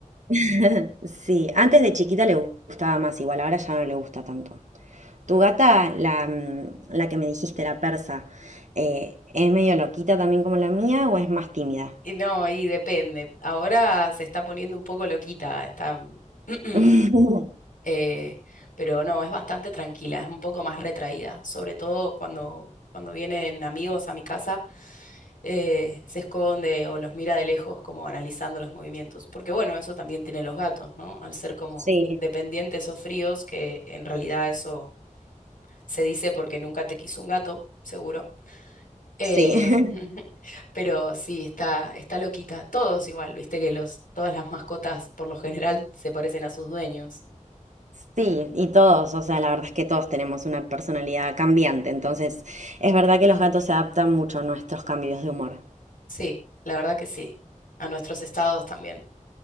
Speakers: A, on the right; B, on the left.
A: <laughs> Sí, antes de chiquita le gustaba más, igual ahora ya no le gusta tanto. Tu gata, la, mm, la que me dijiste, la persa, eh, ¿es medio loquita también como la mía o es más tímida?
B: Y no, y depende. Ahora se está poniendo un poco loquita. Está <clears throat>
A: <laughs>
B: Eh, pero no, es bastante tranquila, es un poco más retraída, sobre todo cuando, cuando vienen amigos a mi casa, eh, se esconde o los mira de lejos como analizando los movimientos, porque bueno, eso también tienen los gatos, ¿no? Al ser como
A: Sí,
B: independientes o fríos, que en realidad eso se dice porque nunca te quiso un gato, seguro. Eh,
A: sí. <laughs>
B: <laughs> pero sí, está, está loquita. Todos igual, viste que los, todas las mascotas por lo general se parecen a sus dueños.
A: Sí, y todos, o sea, la verdad es que todos tenemos una personalidad cambiante, entonces es verdad que los gatos se adaptan mucho a nuestros cambios de humor.
B: Sí, la verdad que sí. A nuestros estados también.